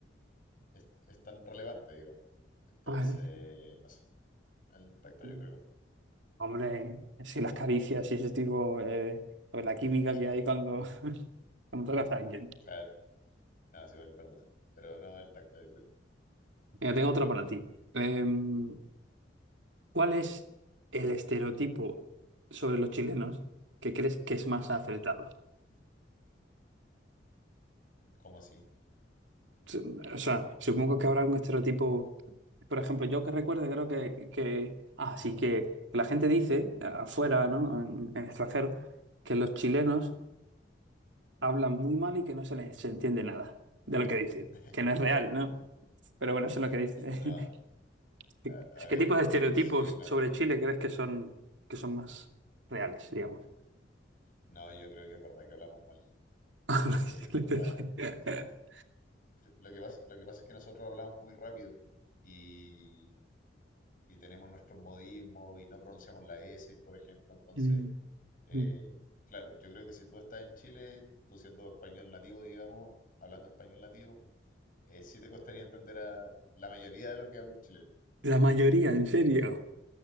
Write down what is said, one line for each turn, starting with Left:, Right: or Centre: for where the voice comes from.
Left: es, es tan relevante, digamos. Entonces,
Right: Ay,
Left: no sé, el tacto
Right: <laughs>
Left: yo creo.
Right: Hombre, sí las caricias y ese tipo, eh, pues la química
Left: <laughs>
Right: que hay cuando, <laughs> cuando tocas a alguien.
Left: Claro, no, sí, igual es verdad. Pero no, el tacto yo creo.
Right: Mira, tengo otra para ti. Em, ¿cuál es el estereotipo sobre los chilenos que crees que es más acertado?
Left: ¿Cómo así?
Right: Su- O sea, supongo que habrá un estereotipo Por ejemplo, yo que recuerde, creo que, que así que la gente dice eh, afuera, ¿no? En, en extranjero, que los chilenos hablan muy mal y que no se les entiende nada de lo que dicen,
Left: <laughs>
Right: que no es real, ¿no? Pero bueno, eso es lo que dice. <laughs>
Left: No,
Right: ¿Qué
Left: a, a ver,
Right: qué tipos de estereotipos
Left: eh, sí, no,
Right: sobre Chile crees que son que son más reales, digamos?
Left: no, yo creo que es verdad que hablamos mal.
Right: <laughs>
Left: Yo creo que es verdad. Lo que pasa, lo que pasa es que nosotros hablamos muy rápido y, y tenemos nuestros modismos y no pronunciamos la S, por ejemplo. Entonces,
Right: Mm,
Left: eh,
Right: mm.
Left: claro, yo creo que si tú estás en Chile, tú siendo español nativo, digamos, hablando español nativo, eh, sí te costaría entender a la mayoría de lo que habla un chileno.
Right: La mayoría, en serio.